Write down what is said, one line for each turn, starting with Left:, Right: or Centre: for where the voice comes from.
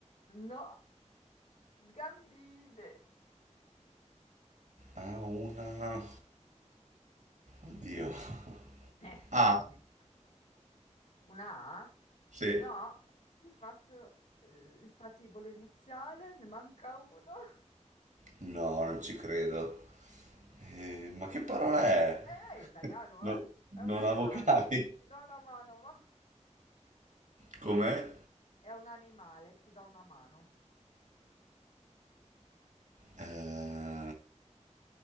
Left: No. Gambine.
Right: ha una... Oddio. <laughs>
Left: <laughs>
Right: Ah,
Left: Una A?
Right: Sì.
Left: No, ti faccio eh, il patibolo iniziale, ne manca uno. <laughs>
Right: No, non ci credo. Eh, ma che parola è?
Left: Eh, È italiano,
Right: <laughs> No-
Left: eh? È un
Right: non
Left: animale.
Right: ha vocali.
Left: Ti do una mano, va?
Right: Com'è?
Left: È un animale, ti do una mano.
Right: Eh,